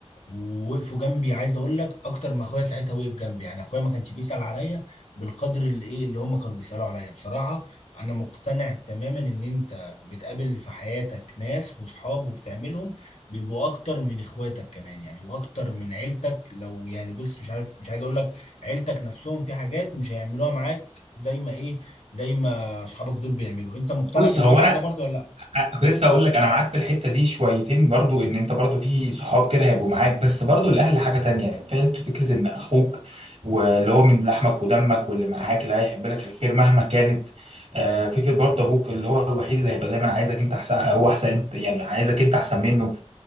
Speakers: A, on the left; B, on the right.
A: ووقفوا جنبي عايز أقول لك أكتر ما أخويا ساعتها وقف جنبي يعني أخويا ما كانش بيسأل عليا بالقدر اللي إيه اللي هم كانوا بيسألوا عليا بصراحة أنا مقتنع تماما إن أنت بتقابل في حياتك ناس وصحاب وبتعملهم بيبقوا اكتر من اخواتك كمان يعني واكتر من عيلتك لو يعني بص مش عارف مش عايز اقول لك عيلتك نفسهم في حاجات مش هيعملوها معاك زي ما ايه زي ما اصحابك دول بيعملوا انت مقتنع
B: بص
A: بالمبدأ
B: هو انا
A: ده برضو ولا لا
B: أ- كنت لسه اقول لك انا معاك في الحته دي شويتين برضو ان انت برضو في صحاب كده هيبقوا معاك بس برضو الاهل حاجه تانية فعلا فكره ان اخوك واللي هو من لحمك ودمك واللي معاك اللي هيحب لك الخير مهما كانت آه، فكره برضو ابوك اللي هو الوحيد اللي هيبقى دايما عايزك انت احسن هو احسن انت يعني عايزك انت احسن منه